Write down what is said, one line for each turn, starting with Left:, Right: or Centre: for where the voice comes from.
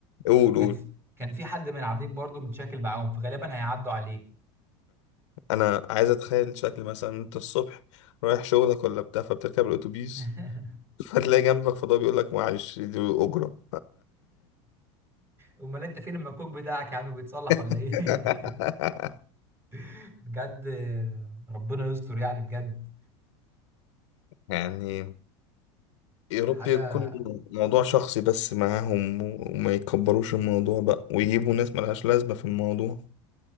Left: قول
Right: كان
Left: قول
Right: في كان في حد من عابدين برضو متشاكل معاهم فغالبا هيعدوا عليك
Left: انا عايز اتخيل شكل مثلا انت الصبح رايح شغلك ولا بتاع فبتركب الاتوبيس
Right: <laughs>
Left: <laughs> فتلاقي جنبك فضاء بيقول لك معلش دي اجرة
Right: امال انت فين المكوك بتاعك يا عم بيتصلح ولا
Left: <laughs>
Right: ايه <laughs> بجد ربنا يستر يعني بجد
Left: يعني يا
Right: حاجه
Left: رب يكون موضوع شخصي بس معاهم وما يكبروش الموضوع بقى ويجيبوا ناس ملهاش لازمة في الموضوع